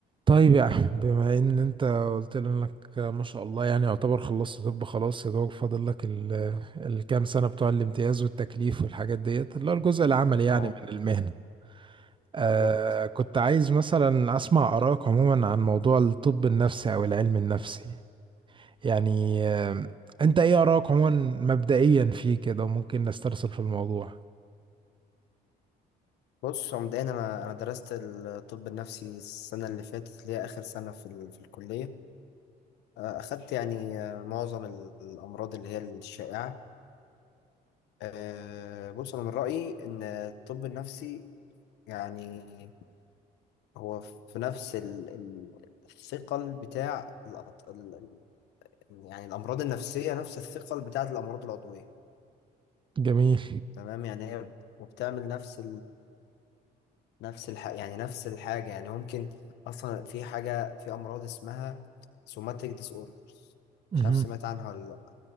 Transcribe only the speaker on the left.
اه
بالظبط
بص هو مبدئيا انا انا درست الطب النفسي السنه اللي فاتت اللي هي اخر سنه في ال- في الكليه آه، اخدت يعني آه، معظم ال- الامراض اللي هي الشائعه آه، بص انا من رايي ان الطب النفسي يعني هو في نفس ال- ال- الثقل بتاع الأط- ال- ال- يعني الامراض النفسيه نفس الثقل بتاعه الامراض العضويه
تمام يعني هي وبتعمل نفس نفس الح... يعني نفس الحاجة يعني ممكن أصلا في حاجة في أمراض اسمها سوماتيك ديس اوردرز
مش عارف سمعت عنها ولا لأ